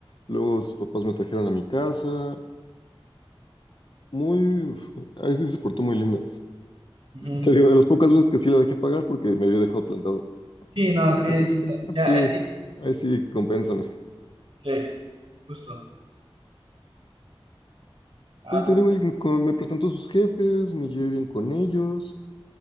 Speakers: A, on the left; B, on the right.
A: Luego sus papás me trajeron a mi casa. Muy... Ahí sí se portó muy linda.
B: Ujú.
A: Te digo, de las pocas veces que sí la dejé pagar porque me había dejado plantado.
B: Sí, no,
A: Entonces
B: es que
A: dije
B: hiciste,
A: así, ah, no,
B: ya,
A: pues sí,
B: eh, eh,
A: ahí sí, compénsame.
B: sí, justo. Ah,
A: Sí,
B: pues
A: te digo, y me, co- me presentó a sus jefes, me llevé bien con ellos.